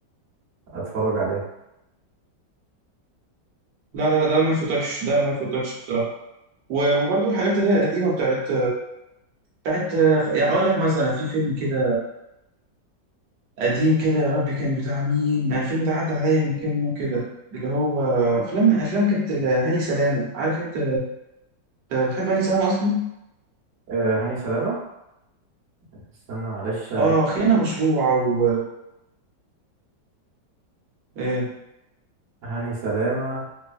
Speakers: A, on the right; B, on the right.
A: اتفرج عليها
B: لا لا لا ده ما يفوتكش ده ما يفوتكش بصراحه و- وبرضه الحاجات اللي هي القديمه بتاعت بتاعت يعني اقول لك مثلا في فيلم كده قديم كده يا ربي كان بتاع مين أنا الفيلم ده عدى عليا من كام يوم كده اللي هو افلام افلام كانت لهاني سلامه عارف انت بتحب هاني سلامه اصلا
A: آه هاني سلامة استنى معلش
B: اه خيانه مشروعه و إيه؟
A: هاني سلامة